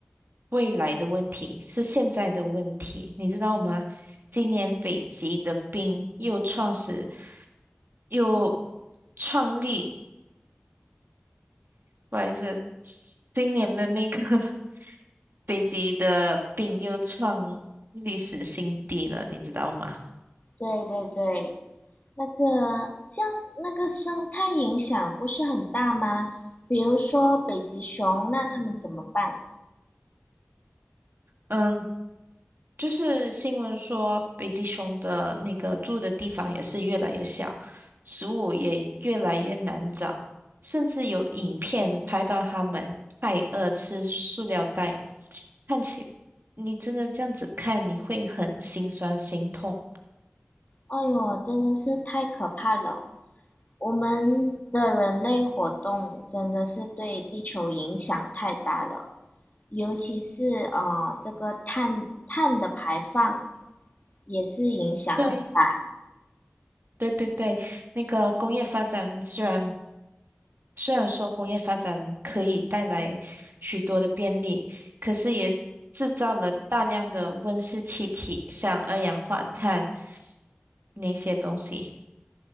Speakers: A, on the right; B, on the left.
A: 未来的问题，是现在的问题，你知道吗？今年北极的冰又创始，又创立。不好意思，今年的那个 <laughs> 北极的病又创历史新低了，你知道吗？
B: 对对对，那个这样那个生态影响不是很大吗？比如说北极熊，那他们怎么办？
A: 嗯，就是新闻说北极熊的那个住的地方也是越来越小，食物也越来越难找，甚至有影片拍到它们太饿吃塑料袋，看起你真的这样子看，你会很心酸心痛。
B: 哎呦，真的是太可怕了！我们的人类活动真的是对地球影响太大了，尤其是呃，这个碳碳的排放也是影响很大。
A: 对对对对，那个工业发展虽然虽然说工业发展可以带来许多的便利，可是也制造了大量的温室气体，像二氧化碳那些东西。